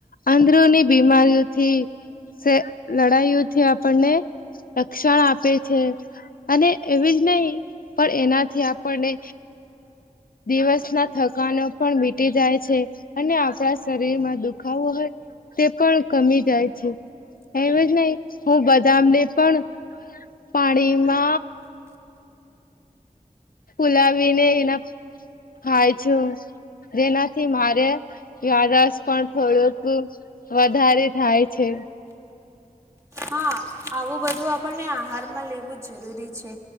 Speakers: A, on the left; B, on the right.
A: અંદરોની બીમારીઓથી સે લડાઈઓથી આપણને રક્ષણ આપે છે. અને એવી જ નહી પણ એનાથી આપણને દિવસના થકાનો પણ મીટી જાય છે અને આપડા શરીરમાં દુખાવો હોય તે પણ કમી જાય છે એવી જ નહીં હું બદામને પણ પાણીમાં ફુલાવીને એના ખાય છું જેનાથી મારે યાદાશ પણ થોડુંક વધારે થાય છે.
B: હા, આવું બધું આપ પણને આહાર માં લેવું જરૂરી છે.